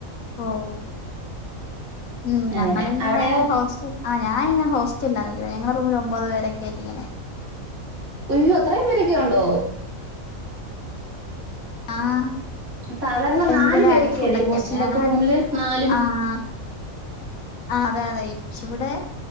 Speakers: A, on the left; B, on the right.
A: ഓഹ് ഉം
B: അങ്ങനെ
A: ഞങ്ങൾ ഇങ്ങനെ
B: അവിടെയോ
A: ഹോസ്റ്റെൽ ആഹ് ഞാൻ ഇങ്ങനെ ഹോസ് <unintelligible> ഞങ്ങള റൂമിൽ ഒമ്പത് പേരോക്കെ ആയിറ്റ് ഇങ്ങനെ
B: ഒയ്യോ അത്രേം പേരൊക്കെ ഉണ്ടോ?
A: ആഹ്
B: സാധാരണ
A: ഭയങ്കര
B: നാൽ പേരൊക്കെ
A: അടി ഫുഡൊക്കെ
B: അല്ലെ ഹോസ്റ്റെൽ
A: ആയിരുന്നു ഞങ്ങള്
B: ഒക്കെ റൂമിൽ
A: അഡ്ജസ്റ്റ്
B: നാലും
A: ആഹ്
B: <inaudible>
A: ആഹ് അതെ അതെ ക്ഷെ ഇവടെ